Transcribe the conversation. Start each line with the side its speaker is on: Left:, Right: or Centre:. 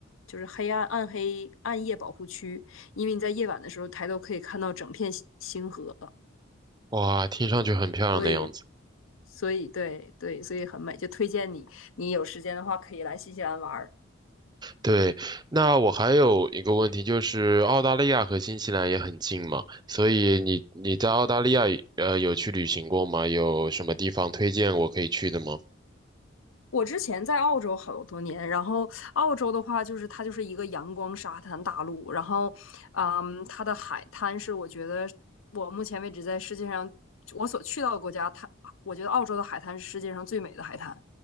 Left: 就是黑暗暗黑暗夜保护区，因为你在夜晚的时候抬头可以看到整片星星河，
Right: 哇，听上去很漂亮的样子。
Left: 所以所以对对，所以很美，就推荐你，你有时间的话可以来新西兰玩儿。
Right: 对，那我还有一个问题，就是澳大利亚和新西兰也很近嘛，所以你你在澳大利亚呃有去旅行过吗？有什么地方推荐我可以去的吗？
Left: 我之前在澳洲好多年，然后澳洲的话，就是它就是一个阳光沙滩大陆，然后，嗯，它的海滩是我觉得我目前为止在世界上我所去到的国家，它我觉得澳洲的海滩是世界上最美的海滩，